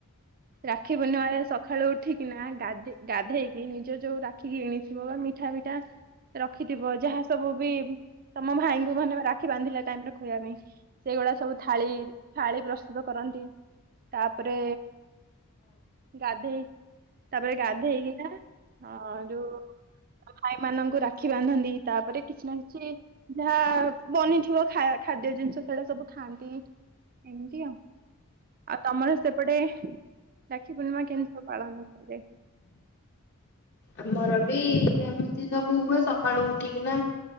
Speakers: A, on the right (about 40°); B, on the left (about 50°).
A: ରାକ୍ଷୀ ପୂର୍ଣ୍ଣିମାରେ ସକାଳୁ ଉଠିକିନା ଗା ଗାଧେଇ ସେଇ ନିଜ ଯୋଉ ରାଖିକି କିଣିଥିବ ବା ମିଠା ଫିଠା ରଖିଥିବ ଯାହା ସବୁ ବି ତମ ଭାଇଙ୍କୁ ମାନେ ରାକ୍ଷୀ ବାନ୍ଧିଲା ଟାଇମ ରେ ଖୁଇବା ପାଇଁ ସେଇଗୁଡା ସବୁ ଥାଳି ଥାଳି ପ୍ରସ୍ତୁତ କରନ୍ତି ତାପରେ ଗାଧୋଇ ତାପରେ ଗାଧେଇଇକିନା ଯୋଉ ଭାଇ ମ ରାକ୍ଷୀ ବାନ୍ଧନ୍ତି ତାପରେ କିଛି ନା କିଛି ଯାହା ବନିଥିବ ଖାଦ୍ୟ ଜିନିଷ ସେ ସବୁ ଖଆନ୍ତି ଏମିତି ଆଉ ଆଉ ତମର ସେପଟେ ରାକ୍ଷି ପୁଣିମା କେମତୀ ସବୁ ପାଳନ କରା ଯାଏ?
B: ଆମର ବି ଏମିତି ସବୁ ହୁଏ ସକାଳୁ ଉଠିକିନା